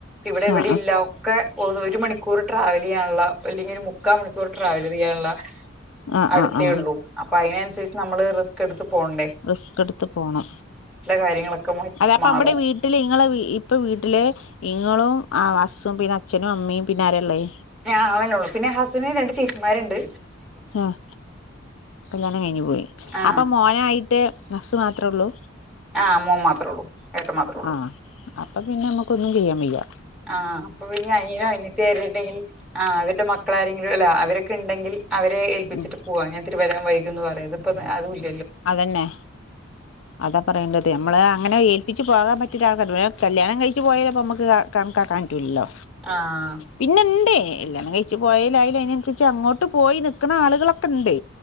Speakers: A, in the centre; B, on the left (about 70°).
A: ഇവിടെ എവിടെ
B: ആ
A: ഇല്ല ഒക്കെ ഓ ഒരു മണിക്കൂർ ട്രാവൽ ചെയ്യാനുള്ള അല്ലെങ്കിൽ ഒരു മുക്കാൽ മണിക്കൂർ ട്രാവൽ ചെയ്യാനുള്ള
B: ആ ആ
A: അടുത്തേ
B: ആ ആ
A: ഉള്ളൂ അപ്പൊ അയിനനുസരിച്ച് നമ്മള് റിസ്ക് എടുത്ത് പോണ
B: റിസ്ക് എടുത്ത് പോണം
A: കാര്യങ്ങളൊക്കെ
B: അത് അപ്പ
A: മാറും
B: അവിടെ വീട് വീട്ടില് ഇങ്ങളെ ഇപ്പ വീട്ടില് ഇങ്ങളും ആഹ് ഹസ്സും പിന്നെ അച്ഛനും അമ്മയും പിന്നെആരെയുള്ളത്.
A: ഞലെന്നെഉള്ളൂ പിന്നെ ഹസ്സിന് രണ്ട് ചേച്ചിമാര്ണ്ട്.
B: ആഹ് കല്ല്യാണം കഴിഞ്ഞു പോയി
A: ആ
B: അപ്പൊ മോനായി ട്ട് ഹസ്സ് മാത്ര ഉള്ളൂ?
A: ആഹ് മോന് മാത്രേ ഉള്ളൂ എട്ടൻ മാത്ര ഉള്ളൂ.
B: ആ അപ്പൊ പിന്നെ നമ്മുക്കോന്നും ചെയ്യാൻ വയ്യാ.
A: ആഹ് അപ്പൊ പിന്ന അനിയനോ അനി യത്തിയോ അര്ണ്ടെങ്കിൽ. ആഹ് അവരുടെ മക്കളാരെങ്കിലും അല്ല അവരൊക്കെ ണ്ടെങ്കിൽ അവരെ ഏൽപ്പിച്ചിട്ട്
B: ഉം
A: പോവാ ഞാ ത്തിരി വരാൻ വൈക്കുംന്ന് പറയാ ഇത്പ്പോ അതും ഇല്ല.
B: അതന്നെ. അതാപറയേണ്ടത് നമ്മൾ അങ്ങനെ ഏൽപ്പിച്ച് പോകാൻ പറ്റിയ ആൾക്കാര് കല്ല്യാണം കഴിച്ച് പോയാല് നമുക്ക്. കാ കണക്കാൻ പറ്റില്ലല്ലോ?
A: ആഹ്.
B: പിന്നെണ്ട് കല്ല്യാണം കഴിച്ചു പോയൽആയാലും അതിന് അനുസരിച്ച് അങ്ങോട്ട്പോയിനിക്ക്ണആളുകളൊക്കെണ്ട്.